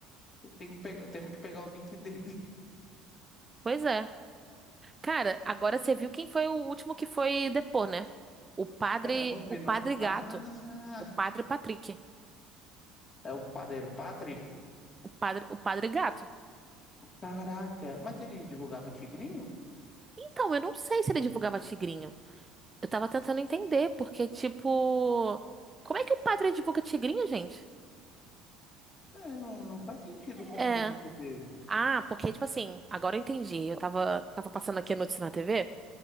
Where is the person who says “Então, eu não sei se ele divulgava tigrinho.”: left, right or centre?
Right